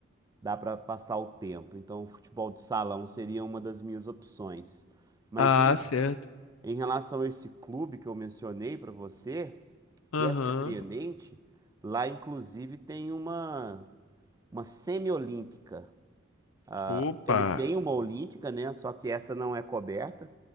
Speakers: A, on the right (about 15°); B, on the left (about 85°).
A: dá para passar o tempo. Então, o futebol de salão seria uma das minhas opções. Mas
B: Ah,
A: em,
B: certo.
A: em relação a esse clube que eu mencionei para você, que
B: Aham.
A: é surpreendente, lá inclusive tem uma uma semi-olímpica. Ah,
B: Opa,
A: ele tem uma olímpica, né? Só que essa não é coberta.